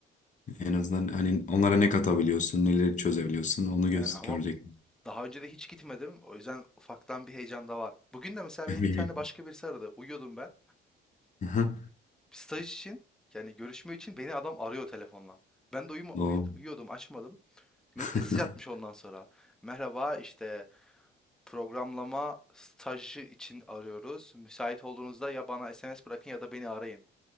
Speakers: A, on the left; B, in the centre.
A: en azından hani onlara ne katabiliyorsun, neleri çözebiliyorsun onu
B: Yani
A: göz
B: ama
A: görecek.
B: daha önce de hiç gitmedim o yüzden ufaktan bir heyecan da var. Bugün de mesela
A: <laughs>
B: beni
A: Bir-
B: bir tane başka birisi aradı uyuyordum ben.
A: Aha,
B: Staj için yani görüşme için beni adam arıyor telefonla. Ben de uyuma, uyu-
A: O.
B: uyuyordum açmadım. Me-
A: <laughs>
B: Mesaj atmış ondan sonra. Merhaba işte programlama stajı için arıyoruz. Müsait olduğunuzda ya bana SMS bırakın ya da beni arayın.